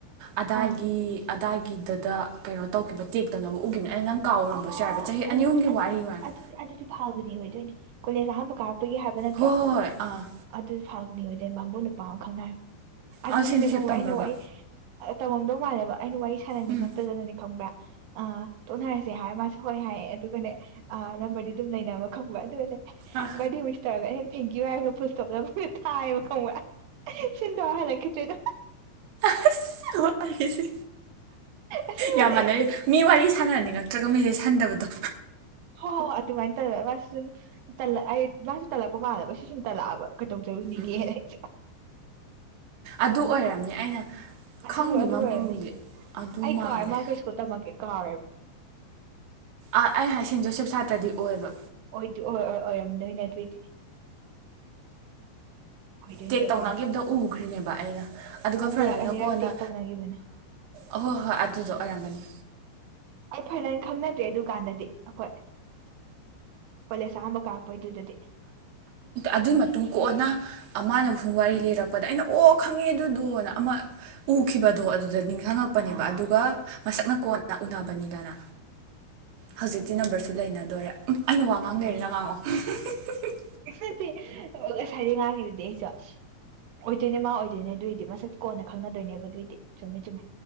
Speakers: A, on the right; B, on the right.
A: ꯑꯗꯥꯏꯒꯤ
B: ꯑꯥ
A: ꯇꯥꯒꯤꯗꯗ ꯀꯩꯅꯣ ꯇꯧꯈꯤꯕ ꯇꯦꯛꯇꯧꯅꯕ ꯎꯈꯤꯕꯅꯦ ꯑꯩꯅ ꯅꯪ ꯀꯥꯎꯔꯝꯕꯁꯨ
B: ꯑꯣꯍꯣ
A: ꯌꯥꯏꯕ ꯆꯍꯤ ꯑꯅꯤ
B: ꯑꯗꯨꯗꯤ
A: ꯑꯍꯨꯝꯒꯤ ꯋꯥꯔꯤ
B: ꯑꯗꯨꯗꯤ
A: ꯑꯣꯏꯔꯝꯅꯤ
B: ꯑꯗꯨꯗꯤ ꯑꯗꯨꯗꯤ ꯐꯥꯜꯒꯨꯅꯤ ꯑꯣꯏꯗꯣꯏꯅꯦ ꯀꯣꯂꯦꯁ ꯑꯍꯥꯟꯕ ꯀꯔꯛꯄ ꯄꯒꯤ ꯍꯥꯏꯕ ꯅꯠꯇ꯭ꯔꯣ
A: ꯍꯣꯏ ꯍꯣꯏ ꯍꯣꯏ ꯑꯥ
B: ꯑꯗꯨꯗꯤ ꯐꯥꯜ ꯒꯨꯅꯤ ꯑꯣꯏꯗꯣꯏꯅꯦ ꯕꯥꯃꯣꯟ ꯅꯨꯄꯥ ꯑꯃ ꯈꯪꯅꯔꯝꯃꯤ ꯑꯗꯨꯁꯨꯅꯦ
A: ꯑꯗꯨ ꯁꯦꯟꯖꯔꯁꯤꯞ
B: ꯈꯪꯕ
A: ꯇꯝꯕ꯭ꯔꯕ
B: ꯑꯩꯅ ꯋꯥꯏ ꯇꯝꯃꯝꯗꯧ ꯃꯥꯜꯂꯦꯕ ꯑꯩꯅ ꯋꯥꯔꯤ ꯁꯥꯟꯅꯅꯤꯡꯉꯛꯇꯗꯗꯅꯦ
A: ꯎꯝ
B: ꯈꯪꯕ꯭ꯔꯥ ꯑ ꯇꯣꯛꯅꯔꯁꯦ ꯁꯦ ꯍꯥꯏ ꯃꯥꯁꯦ ꯍꯣꯏ ꯍꯥꯏ ꯑꯗꯨꯒꯅꯦ ꯑ ꯅꯝꯕꯔꯗꯤ ꯑꯗꯨꯝ ꯂꯩꯅꯕ ꯈꯪꯕ ꯑꯗꯨꯒꯅꯦ
A: ꯑꯥ
B: ꯕꯥꯔꯗꯦ ꯋꯤꯁ ꯇꯧꯔꯒ ꯊꯦꯡꯀ꯭ꯌꯨ ꯍꯥꯏꯔꯒ ꯐꯨꯜꯁ꯭ꯇꯣꯞ ꯅꯝꯃꯝ ꯊꯥꯌ‌ꯦꯕ ꯈꯪꯕ꯭ꯔꯥ ꯁꯤꯟ ꯇꯧꯔꯥ ꯍꯜꯂꯛꯈꯤꯗ꯭ꯔ‌ꯦ ꯑꯗꯨꯝ
A: ꯑꯁ
B: ꯑꯁꯦꯡꯕꯅꯦ
A: ꯌꯥꯝ ꯃꯥꯟꯅꯩ ꯃꯤ ꯋꯥꯔꯤ ꯁꯥꯟꯅꯔꯅꯤꯉꯛꯇ꯭ꯔꯒ ꯃꯤꯁꯦ ꯍꯟꯊꯕꯗꯣ
B: ꯍꯣꯏ ꯍꯣꯏ ꯑꯗꯨꯃꯥꯏꯅ ꯇꯧꯔ ꯃꯥꯁꯁꯨ ꯁꯨꯝꯂ ꯑꯩ ꯃꯥꯁꯨ ꯇꯜꯂꯛꯄ ꯃꯥꯜꯂꯕ ꯁꯤ ꯁꯨꯝ ꯇꯜꯂꯛꯑꯕ ꯀ ꯇꯧꯖꯔꯨꯅꯤꯒꯦꯅ
A: ꯎꯝ
B: ꯑꯩꯁꯦ
A: ꯑꯗꯨ ꯑꯣꯏꯔꯝꯅꯤ ꯑꯩꯅ ꯈꯪꯗꯦ
B: ꯑꯗꯨ ꯑꯗꯨ
A: ꯃꯃꯤꯡꯗꯤ
B: ꯑꯣꯏꯔꯝꯅꯤ
A: ꯑꯗꯨ
B: ꯑꯩ
A: ꯃꯥꯜꯂꯦ
B: ꯀꯥꯔ ꯃꯥ ꯀꯩꯁꯨ ꯇꯝꯃꯛ ꯀꯥꯔꯦꯕ
A: ꯑ ꯑꯩ ꯍꯥꯏꯁꯟꯖꯣꯁꯦꯞ ꯁꯥꯇꯗꯤ ꯑꯣꯏꯕ
B: ꯑꯣꯏꯗꯤ ꯑꯣꯏ ꯍꯣꯏ ꯑꯣꯏꯔꯝꯗꯣꯏꯅꯦ ꯑꯗꯨꯏꯗꯤ ꯑꯣꯏꯗꯣꯏꯅꯦ
A: ꯇꯦꯛ
B: ꯑꯣꯏꯗꯣꯏꯅꯦ
A: ꯇꯧꯅꯈꯤꯕꯗ ꯎꯈ꯭ꯔꯤꯅꯦꯕ ꯑꯩꯅ ꯑꯗꯨꯒ
B: ꯑꯃꯨꯔꯛ
A: ꯐ꯭ꯔꯦꯟꯅ
B: ꯑꯅꯤꯔꯛ
A: ꯀꯣꯟꯅ
B: ꯇꯦꯛ ꯇꯧꯅꯈꯤꯕꯅꯦ
A: ꯑꯍꯣꯏ ꯍꯣꯏ ꯑꯗꯨꯗꯣ ꯑꯣꯏꯔꯝꯒꯅꯤ
B: ꯑ ꯐꯔꯅ ꯑ ꯈꯪꯅꯗ꯭ꯔꯦ ꯑꯗꯨꯀꯥꯟꯗꯗꯤ ꯑꯩꯈꯣꯏ ꯀꯂꯦꯁꯝꯕ ꯀꯥꯛꯄ ꯏ ꯑꯗꯨꯏꯗꯗꯤ
A: ꯑꯗꯨꯒꯤ ꯃꯇꯨꯡ ꯀꯣꯟꯅ ꯑꯃꯅꯕꯨ ꯁꯨꯝ ꯋꯥꯔꯤ ꯂꯤꯔꯛꯄꯗ ꯑꯩꯅ ꯑꯣ ꯈꯪꯉꯦ ꯑꯗꯨꯗꯣꯅ ꯑꯃ ꯎꯈꯤꯕꯗꯣ ꯑꯗꯨ ꯗ ꯅꯤꯡꯁꯤꯡꯉꯛꯄꯅꯦꯕ
B: ꯑꯥ
A: ꯑꯗꯨꯒ ꯃꯁꯛꯅ ꯀꯣꯟ ꯅ ꯎꯅꯕꯅꯤꯗꯅ ꯍꯧꯖꯤꯛ ꯀ ꯅꯝꯕꯔꯁꯨ ꯂꯩꯅꯗꯣꯔꯦ ꯑꯩꯅ ꯋꯥ ꯉꯥꯡ
B: ꯑꯗꯨꯅꯤ
A: ꯂꯩꯔꯦꯅ ꯉꯥꯡꯉꯣ <inaudible>
B: ꯉꯁꯥꯏꯗꯩ ꯉꯥꯡꯉꯤꯗꯨꯗꯤ ꯑꯩꯁꯨ ꯑꯣꯏꯗꯣꯏꯅꯦ ꯃꯥ ꯑꯣꯏꯗꯣꯏꯅꯦ ꯑꯗꯨꯏꯗꯤ ꯃꯁꯛ ꯀꯣꯟꯅ ꯈꯪꯅꯗꯣꯏꯅꯦꯕ ꯀꯇꯦ ꯆꯃꯤ ꯆꯨꯝ